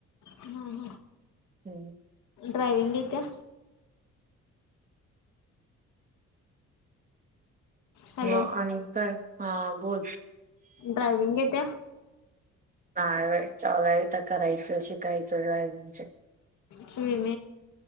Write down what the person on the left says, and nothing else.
हम् हम
ड्रायविंग येत्या हॅलो
ड्रयविंग ऐेत
चने